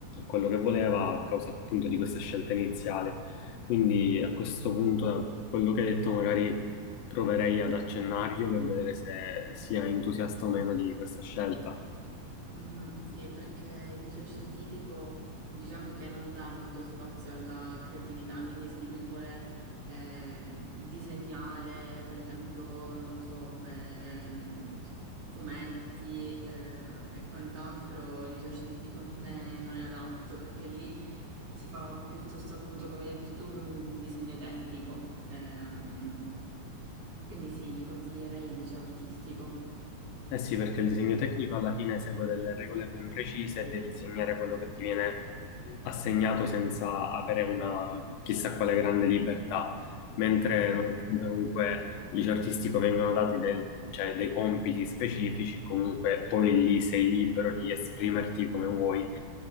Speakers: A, on the left (about 75°); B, on the right (about 85°).
A: quello che voleva a causa appunto di questa scelta iniziale. Quindi a questo punto, da quello che hai detto, magari proverei ad accennargli per vedere se sia entusiasta o meno di questa scelta.
B: Mhm, sì, perché il liceo scientifico diciamo che non dà molto spazio alla creatività, quindi se lui vuole eh, disegnare, per esempio, non lo so, ehm, fumetti eh, e quant'altro, il liceo scientifico <laughs> non è, non è adatto perché lì si fa piuttosto, appunto, come hai detto tu, un disegno tecnico. Ehm, quindi sì, gli consiglierei il liceo artistico.
A: Eh sì, perché il disegno tecnico alla fine segue delle regole ben precise e devi disegnare quello che ti viene assegnato senza avere una chissà quale grande libertà. Mentre
B: Esatto.
A: nonostante comunque gli artistico vengono dati del- cioè, dei compiti specifici, comunque poi lì sei libero di esprimerti come vuoi